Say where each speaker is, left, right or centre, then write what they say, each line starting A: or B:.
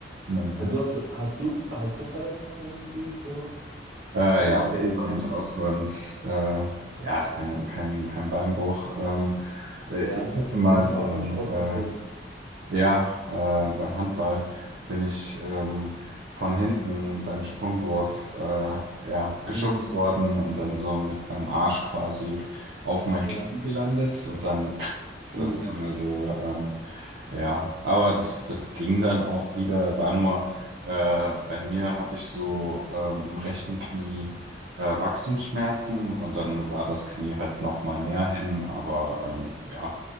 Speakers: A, on the right; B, on the right.
A: Naja.
B: Du hast, hast du, hast du Verletzungen irgendwie so?
A: Äh,
B: Also
A: ja,
B: ist
A: Innenband,
B: ja jetzt kein,
A: Außenband. Äh, ja, ist kein, kein, kein Beinbruch. Ähm, äh,
B: ja.
A: ich hätte mal
B: Ist es
A: so
B: auch
A: ein
B: beim Sport
A: äh,
B: passiert?
A: Ja, äh, beim Handball bin ich ähm, von hinten beim Sprungwurf äh, ja, geschubst
B: Mm,
A: worden und dann so mit meinem Arsch quasi auf mein
B: ja.
A: Knie gelandet und dann ist
B: Uh.
A: das einmal so ähm, ja, aber das, das ging dann auch wieder, war nur, äh, bei mir habe ich so ähm, im rechten Knie äh, Wachstumsschmerzen und dann war das Knie halt noch mal mehr hin, aber ähm, ja,